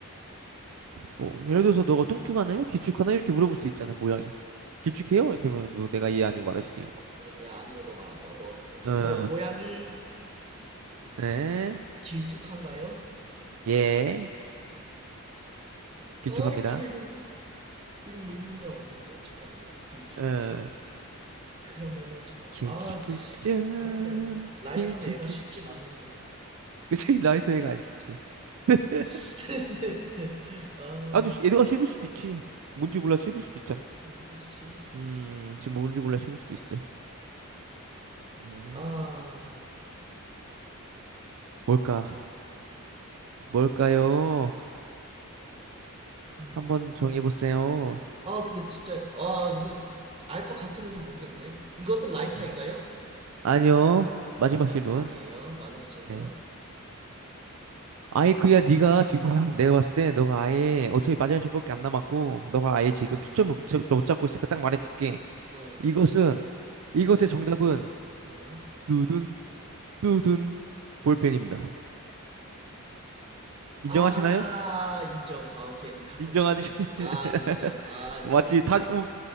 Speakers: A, on the right; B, on the right.
A: 뭐, 예를 들어서 너가 뚱뚱하나요? 길쭉하나요? 이렇게 물어볼 수 있잖아, 모양이. 길쭉해요? 이렇게 하면 뭐 내가 예, 아니오 말할 수도 있는
B: 아, 예, 아니요로만 한다고? 오케이,
A: 거. 어.
B: 그럼 모양이
A: 에?
B: 길쭉한가요?
A: 예. 길쭉합니다.
B: 아이, 그, 이거, 이거 의미가 없는데, 잠깐만. 길쭉하면,
A: 어.
B: 그러면은, 잠깐만.
A: 길쭉,
B: 아,
A: 길쭉.
B: 아닌데. 라이터는
A: 길쭉,
B: 애가
A: 길쭉.
B: 쉽진 않은데.
A: 그치, 나이스 애가 안 쉽지. <laughs>
B: <laughs> 아,
A: 아, 근데 애가 씹을 수도 있지. 뭔지 몰라 씹을 수도 있잖아.
B: 음, 그치, 씹을 수도
A: 음,
B: 있지.
A: 지금 뭔지 몰라 씹을 수도 있어. 음,
B: 아,
A: 뭘까? 뭘까요?
B: 음,
A: 한번 정해보세요.
B: 음. 아, 근데 진짜, 아, 이거, 알 것 같으면서 모르겠네. 이것은 라이터인가요?
A: 음. 아니요. 마지막
B: 라이터
A: 질문.
B: 아니에요. 마지막 질문.
A: 네. 아예 그야 네가 지금 내가 봤을 때 너가 아예 어차피 마지막 질문밖에 안 남았고 너가 아예 지금 초점을 못, 잡- 못 잡고 있으니까 딱 말해줄게.
B: 응,
A: 이것은 이것의
B: 응,
A: 정답은
B: 응.
A: 두둔 두둔 볼펜입니다. 인정하시나요?
B: 아 인정 아 오케이 가끔
A: 인정하지?
B: 쉽네
A: <laughs>
B: 아 인정 아 인정
A: 맞지?
B: 인정
A: 다 어,